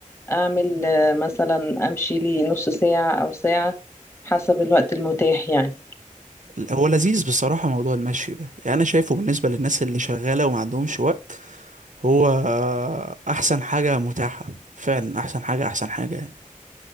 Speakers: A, on the left (about 20°); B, on the right (about 65°).
A: اعمل آه، مثلا امشي لي نص ساعة او ساعة حسب الوقت المتاح يعني
B: هو لذيذ بصراحة موضوع المشي ده يعني انا شايفه بالنسبة للناس اللي شغالة وما عندهمش وقت هو احسن حاجة متاحة فعلا احسن حاجة احسن حاجة يعني